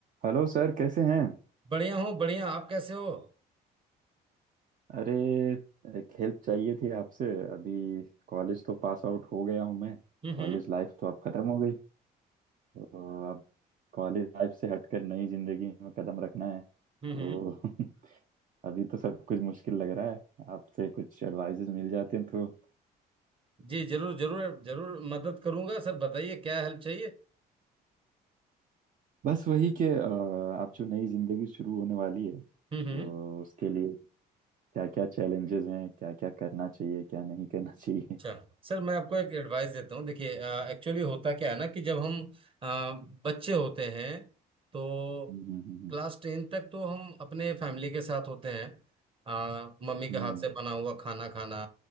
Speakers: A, on the right; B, on the right.
A: हेलो सर कैसे हैं
B: बढ़िया हूँ बढ़िया आप कैसे हो
A: अरे एक हेल्प चाहिए थी आपसे अभी कॉलेज तो पास आउट हो गया हूँ मैं
B: हम्म
A: कॉलेज
B: हम्म
A: लाइफ तो अब खत्म हो गई तो अब कॉलेज लाइफ से हटकर नई जिंदगी में कदम रखना है
B: हम्म
A: तो
B: हम्म।
A: <laughs> अभी तो सब कुछ मुश्किल लग रहा है आपसे कुछ एडवाइजेस मिल जाते हैं तो
B: जी जरूर जरूर जरूर मदद करूंगा सर बताइए क्या हेल्प चाहिए
A: बस वही कि अ, आप जो नई जिंदगी शुरू होने वाली है तो
B: हम्म हम्म
A: उसके लिए क्या क्या चैलेंजेस हैं क्या क्या करना चाहिए क्या नहीं करना चाहिए
B: अच्छा सर मैं आपको एक एडवाइस देता हूँ देखिए एक्चुअली होता क्या है ना कि जब हम अ, बच्चे होते हैं तो
A: <laughs> हम्म हम्म हम्म
B: क्लास टेन तक तो हम अपने फैमिली के साथ होते हैं अ, मम्मी
A: हम्म,
B: के हाथ से बना हुआ खाना खाना